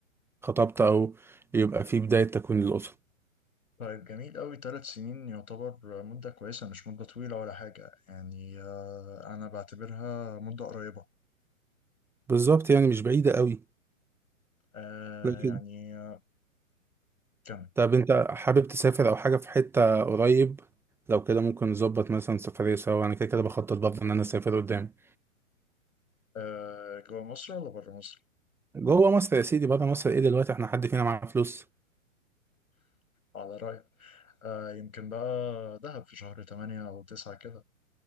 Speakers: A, in the centre; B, on the left.
A: خطبت او يبقى في بداية تكوين الأسرة
B: طيب جميل أوي ثلاث سنين يعتبر مدة كويسة مش مدة طويلة ولا حاجة يعني آه، أنا بعتبرها مدة قريبة
A: بالظبط يعني مش بعيدة قوي
B: آه،
A: لكن
B: يعني آه، كم
A: طب انت حابب تسافر او حاجة في حتة قريب لو كده ممكن نظبط مثلا سفرية سوا انا كده كده بخطط برضه ان انا اسافر قدام
B: آه، جوا مصر ولا برا مصر
A: جوه مصر يا سيدي بره مصر ايه دلوقتي احنا حد فينا معاه فلوس
B: على رأيك آه، يمكن بقى دهب في شهر تمانية أو تسعة كده